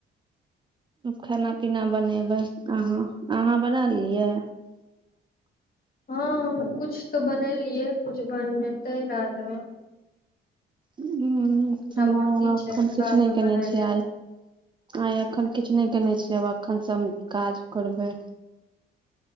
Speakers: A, on the right (about 25°); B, on the left (about 50°).
A: खाना पीना बनेबै अहाँ अहाँ बना लेलियै
B: हँ हम कुछ तऽ बनेलियै कुछ बनतै रातमे
A: ह हमहु
B: बाकी
A: एखन
B: छै
A: किछु
B: बाद
A: नहि
B: मे
A: केने
B: बना
A: छीयै
B: लेब
A: आइ किछु नहि केयने छियै आब एखन सब काज करबै